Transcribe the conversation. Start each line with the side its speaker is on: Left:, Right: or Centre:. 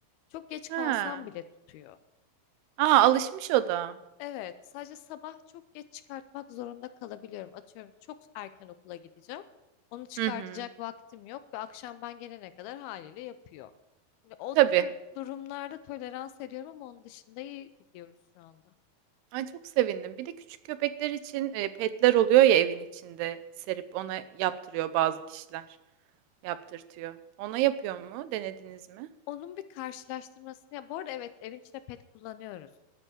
Left: Çok geç
Right: Ha.
Left: kalsam bile tutuyor.
Right: Aa,
Left: S-
Right: alışmış o da.
Left: Evet, sadece sabah çok geç çıkartmak zorunda kalabiliyorum. Atıyorum çok erken okula gideceğim. Onu çıkartacak
Right: Hı hı.
Left: vaktim yok ve akşam ben gelene kadar haliyle yapıyor. Yani o
Right: Tabii.
Left: tür durumlarda tolerans ediyorum ama onun dışında iyi gidiyoruz şu anda.
Right: Ay, çok sevindim. Bir de küçük köpekler için e, petler oluyor ya evin içinde serip ona yaptırıyor bazı kişiler. Yaptırtıyor. Ona yapıyor mu? Denediniz mi?
Left: Onun bir karşılaştırmasını ya bu arada evet evin içinde pet kullanıyoruz.